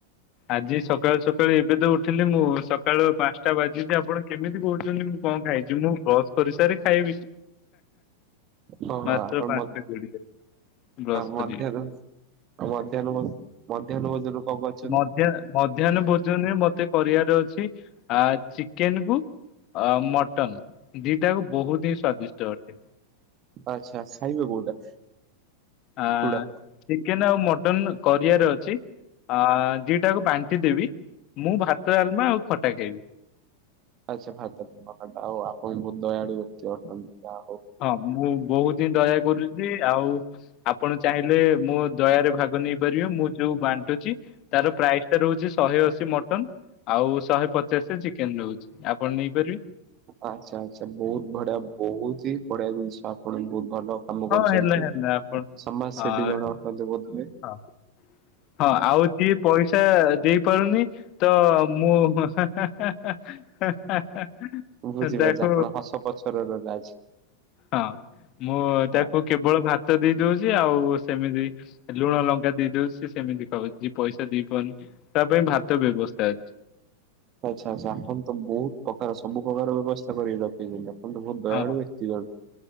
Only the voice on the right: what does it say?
ହଁ ହଁ
ଆପଣ
ମ
ମଧ୍ୟାହ୍ନ
ମଧ୍ୟାହ୍ନ ମଧ୍ୟାହ୍ନ ଭୋଜନ କଣ କରିଛନ୍ତି
ଆଚ୍ଛା ଖାଇବେ କୋଉଟା?
ଚୁଡା
ଆଚ୍ଛା <inaudible> ଆଉ ଆପଣ ବହୁତ ଦୟାଳୁ ଅଟନ୍ତି। ଯାହା ହଉ।
ଆଚ୍ଛା ଆଚ୍ଛା ବହୁତ ବଢିଆ ବହୁତି ବଢିଆ ଜିନିଷ ଆପଣ ବି ବହୁତ ଭଲ କାମ
କରୁଛନ୍ତି
ସମାଜ
ସେବୀ ଜଣେ ଅଟନ୍ତି ବୋଧେ ହୁଏ।
ବୁଝିପାରୁଛି ଆପଣ
ହସ ପଛରେ ରହିବେ ଆଜି।
ହଁ
ଆଛା, ଆଛା ।ଆପଣ ତ ବହୁତ ପ୍ରକାର ସବୁ ପ୍ରକାର ବ୍ୟବସ୍ଥା କରିକି ରଖିଛନ୍ତି। ତ ବହୁତ ଦୟାଳୁ
ବ୍ୟକ୍ତି ଜଣେ